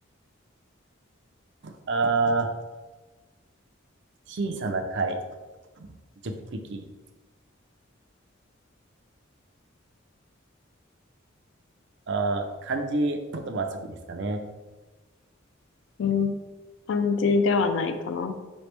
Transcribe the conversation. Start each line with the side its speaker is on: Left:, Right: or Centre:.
Right: あー、小さな貝、10匹。あー、漢字言葉遊びですかね。
Left: うん。漢字ではないかな。